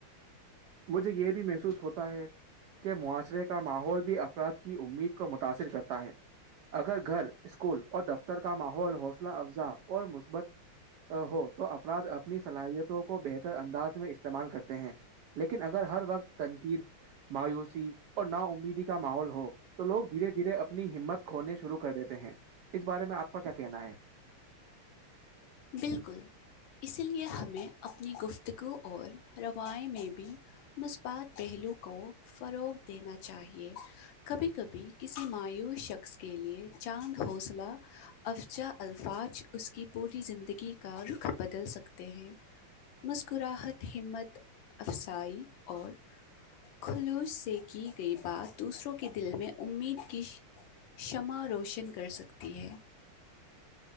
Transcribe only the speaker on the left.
بالکل اسی لیے ہمیں اپنی گفتگو اور روائے میں بھی مثبات پہلو کو فروغ دینا چاہیے کبھی کبھی کسی مایوس شخص کے لیے چاند حوصلہ افجا الفاظ اس کی پوری زندگی کا رخ بدل سکتے ہیں مذکراہٹ ہمت افسائی اور خلوص سے کی گئی بات دوسروں کے دل میں امید کی شمع روشن کر سکتی ہے